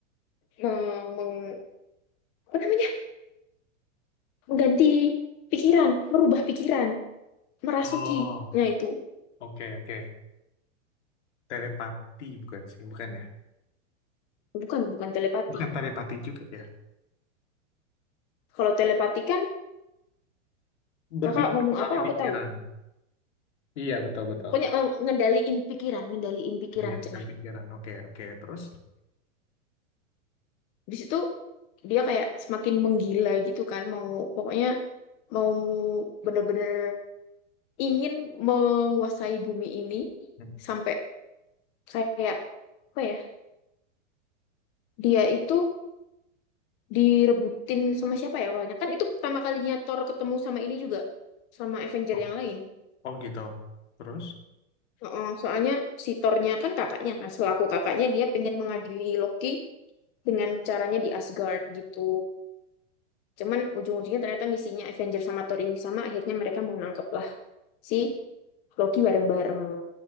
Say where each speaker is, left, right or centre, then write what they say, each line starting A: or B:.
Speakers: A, on the left; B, on the left.
A: meng, meng- apa namanya? mengganti pikiran, merubah pikiran, merasuki.
B: Oh,
A: Nah itu
B: oke oke. Telepati bukan sih, bukan ya?
A: bukan bukan telepati.
B: Bukan telepati juga ya.
A: Kalau telepati kan
B: Berbicara
A: kakak ngomong
B: melalui
A: apa aku
B: pikiran.
A: tahu
B: Iya betul betul.
A: pokoknya eh, ngendaliin pikiran ngendaliin pikiran
B: Menggantikan
A: cenah
B: pikiran. Oke oke. Terus?
A: di situ dia kayak semakin menggila gitu kan mau pokoknya mau bener-bener ingin menguasai bumi ini
B: Mm.
A: sampai kayak apa ya dia itu direbutin sama siapa ya awalnya kan itu pertama kalinya Thor ketemu sama ini juga sama Avenger
B: Oh,
A: yang lain
B: oh gitu. Terus?
A: Heeh, soalnya si Thor-nya kan kakaknya kan selaku kakaknya dia pengen mengadili Loki dengan caranya di Asgard gitu Cuman ujung-ujungnya ternyata misinya Avengers sama Thor ini sama, akhirnya mereka mau nangkep lah si Loki bareng-bareng.